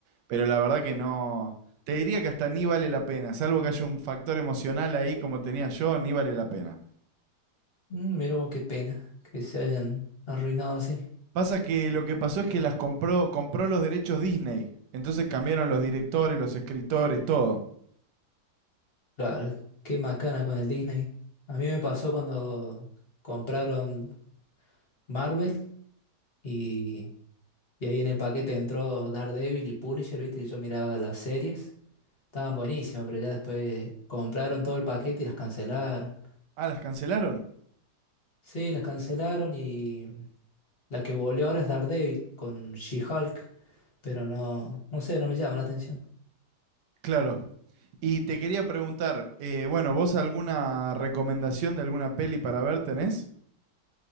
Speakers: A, on the right (about 85°); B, on the left (about 40°).
A: pero la verdad que no. Te diría que hasta ni vale la pena, salvo que haya un factor emocional ahí como tenía yo, ni vale la pena.
B: Mm, Miro, qué pena que se hayan arruinado así.
A: Pasa que lo que pasó es que las compró, compró los derechos Disney, entonces cambiaron los directores, los escritores, todo.
B: Claro, qué macana con el Disney. A mí me pasó cuando compraron Marvel y, y ahí en el paquete entró Daredevil y Punisher, viste que yo miraba las series. Estaban buenísimas, pero ya después compraron todo el paquete y las cancelaron.
A: Ah, ¿las cancelaron?
B: Sí, las cancelaron y la que volvió ahora es Daredevil con She-Hulk, pero no, no sé, no me llama la atención.
A: Claro. Y te quería preguntar, eh, bueno, ¿vos alguna recomendación de alguna peli para ver tenés?